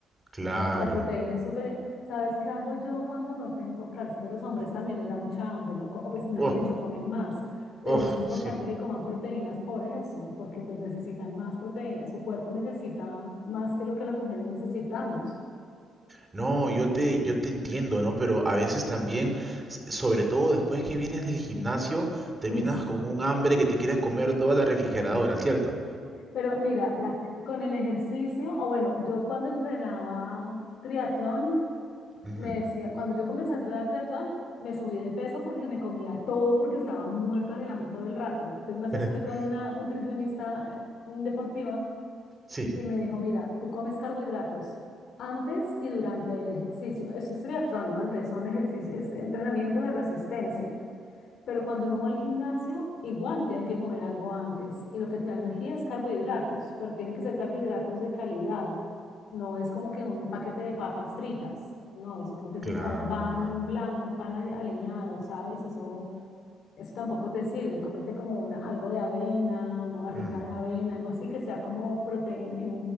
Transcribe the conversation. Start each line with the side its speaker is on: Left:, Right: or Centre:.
Right: claro.
Left: Eh, la proteína es súper, ¿sabes qué hago yo cuando no tengo? Claro, es que los hombres también les da mucha hambre, ¿no? Co- O pues mejor
Right: Oh,
Left: dicho, comen más, pero
Right: oh,
Left: es importante
Right: sí.
Left: que coman proteínas por eso, porque pues necesitan más proteína, su cuerpo necesita más que lo que las mujeres necesitamos.
Right: No, yo te, yo te entiendo, ¿no? Pero a veces también, s- sobre todo después que vienes del gimnasio, terminas
Left: Uy, sí.
Right: con un hambre que te quieres comer toda la refrigeradora, ¿cierto?
Left: Pero mira, la- con el ejercicio, o bueno, yo cuando entrenaba triatlón,
Right: Ujú.
Left: me decía, cuando yo comencé a entrenar triatlón, me subí de peso porque me comía todo, porque estaba muerta del hambre todo el rato. Entonces me asesoré
Right: <laughs>
Left: con una nutricionista eh, deportiva
Right: Sí,
Left: y me dijo, mira, tú comes carbohidratos antes y durante el ejercicio. Eso es triatlón, ¿no? Entonces son ejercicios, es entrenamiento de resistencia. Pero cuando uno va al gimnasio, igual tienen que comer algo antes. Y lo que te da energía es carbohidratos, pero tienen que ser carbohidratos de calidad. No es como que un paquete de papas fritas. No, eso no te
Right: Claro.
Left: sirve. O un pan blanco, un pan ale- aliñado, ¿sabes? Eso eso tampoco te sirve. Comete como una, algo de avena, una barrita
Right: Mm,
Left: de avena, algo así que sea como proteína,